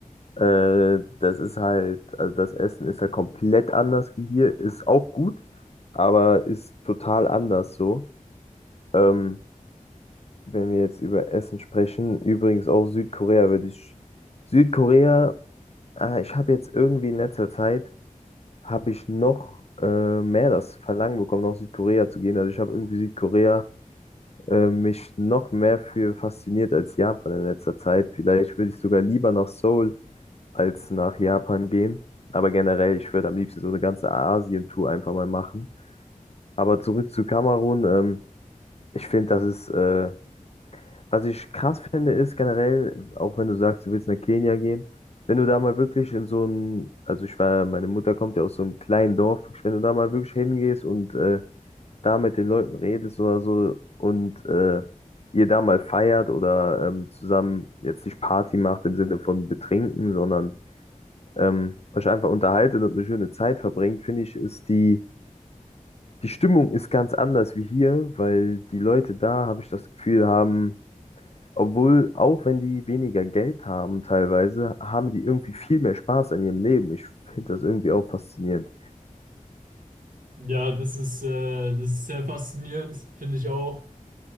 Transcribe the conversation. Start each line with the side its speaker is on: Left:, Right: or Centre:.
Left: Äh, das ist halt, also das Essen ist ja halt komplett anders wie hier, ist auch gut, aber ist total anders so. Ähm, wenn wir jetzt über Essen sprechen, übrigens auch Südkorea, würde ich Südkorea, äh, ich habe jetzt irgendwie in letzter Zeit, habe ich noch äh, mehr das Verlangen bekommen, nach Südkorea zu gehen. Also ich habe irgendwie Südkorea äh, mich noch mehr für fasziniert als Japan in letzter Zeit. Vielleicht würde ich sogar lieber nach Seoul als nach Japan gehen. Aber generell, ich würde am liebsten so eine ganze Asien-Tour einfach mal machen. Aber zurück zu Kamerun, ähm, ich finde, das ist, äh, was ich krass finde, ist generell, auch wenn du sagst, du willst nach Kenia gehen, wenn du da mal wirklich in so ein, also ich war, meine Mutter kommt ja aus so einem kleinen Dorf, wenn du da mal wirklich hingehst und äh, da mit den Leuten redest oder so und äh, ihr da mal feiert oder ähm, zusammen jetzt nicht Party macht im Sinne von betrinken, sondern ähm, euch einfach unterhaltet und eine schöne Zeit verbringt, finde ich, ist die, die Stimmung ist ganz anders wie hier, weil die Leute da, habe ich das Gefühl, haben, obwohl, auch wenn die weniger Geld haben teilweise, haben die irgendwie viel mehr Spaß an ihrem Leben. Ich finde das irgendwie auch faszinierend.
Right: Ja, das ist, äh, das ist sehr faszinierend, finde ich auch.